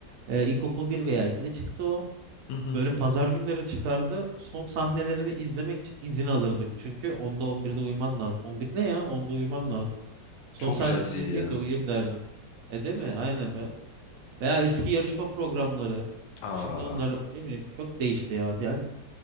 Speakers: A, on the right; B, on the left.
A: e, ilkokul bir veya ikide çıktı o
B: Hı hı.
A: böyle pazar günleri çıkardı son sahnelerini izlemek için izin alırdık çünkü onda on birde uyuman lazım 11 ne ya onda uyuman lazım son
B: Çok
A: sahnesini
B: güzel diziydi
A: izleyeyim
B: ya.
A: de uyuyayım derdin e değil
B: Ke-
A: mi aynen Ve- veya eski yarışma programları
B: Aa,
A: şimdi onlar ne bileyim çok değişti ya yani